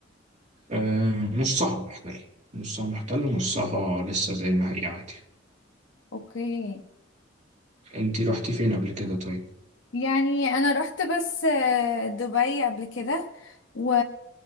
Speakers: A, on the right; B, on the left.
A: آه، نصها محتل نصها محتل ونصها لسه زي ما هي عادي
B: اوكي
A: انتي رحتي فين قبل كده طيب؟
B: يعني انا رحت بس آه، دبي قبل كده و...